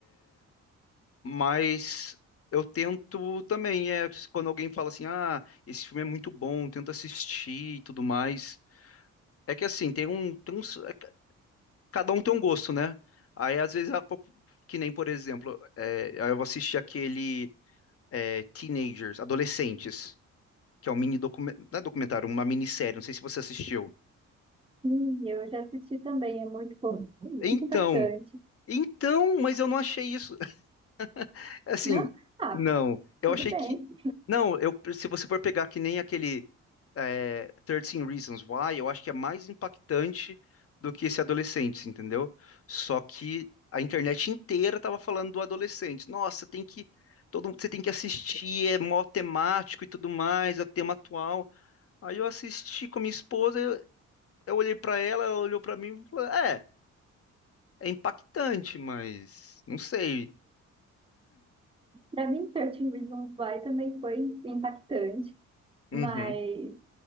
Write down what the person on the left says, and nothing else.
Mas eu tento também, é, quando alguém fala assim, ah, esse filme é muito bom, tento assistir e tudo mais. É que assim, tem um, tem uns- é que cada um tem um gosto, né? Aí às vezes, a pop- que nem, por exemplo, é, aí eu vou assistir aquele. é, Teenagers, Adolescentes, que é um mini documentário, não é documentário, uma minissérie, não sei se você assistiu.
Então,
então, mas eu não achei isso. <laughs> Assim,
não, eu
achei
que. Não, eu, se você for pegar que nem aquele é, 13 Reasons Why, eu acho que é mais impactante do que esse adolescente, entendeu? Só que a internet inteira tava falando do adolescente. Nossa, tem que. Todo, você tem que assistir, é mó temático e tudo mais, é o tema atual. Aí eu assisti com a minha esposa, eu, eu olhei pra ela, ela olhou pra mim e falou: É, é impactante, mas não sei.
Uhum.